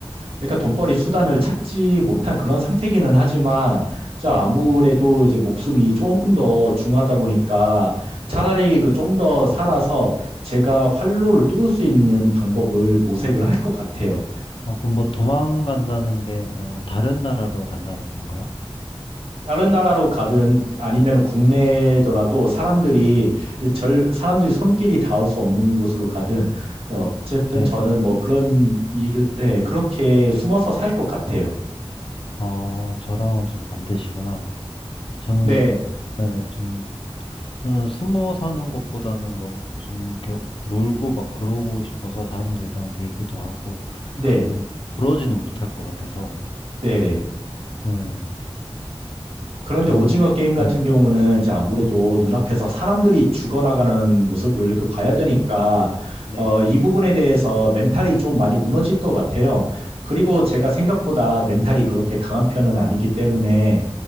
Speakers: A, on the right; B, on the left.
A: 그러니까 돈벌이 수단을 찾지 못한 그런 상태기는 하지만 이제 아무래도
B: 네.
A: 이제 목숨이 조금 더 중하다 보니까 차라리 그 좀 더 살아서 제가 활로를 뚫을 수 있는 방법을 모색을 할 것 같아요.
B: 어, 그럼 뭐 도망간다는 게 그러면 다른 나라로 간다는 건가요?
A: 다른 나라로 가든 아니면 국내더라도 사람들이 절 사람들이 손길이 닿을 수 없는 곳으로 가든 어쨌든
B: 네.
A: 저는 뭐 그런 일을 네, 그렇게 숨어서 살 것 같아요.
B: 어, 저랑은 좀 반대시구나. 저는
A: 네,
B: 네, 전 저는 숨어 사는 것보다는 뭐 좀 이렇게 놀고 막 그러고 싶어서 사람들이랑 얘기도 하고
A: 네,
B: 저는 그러지는 못할 것 같아서.
A: 네, 네.
B: 네,
A: 그런데
B: 좀,
A: 오징어 게임 같은
B: 네.
A: 경우는 이제 아무래도 눈앞에서 사람들이 죽어나가는 모습을 그 봐야 되니까
B: 네.
A: 어, 이 부분에 대해서 멘탈이 좀 많이 무너질 것 같아요. 그리고 제가 생각보다 멘탈이 그렇게 강한 편은 아니기 때문에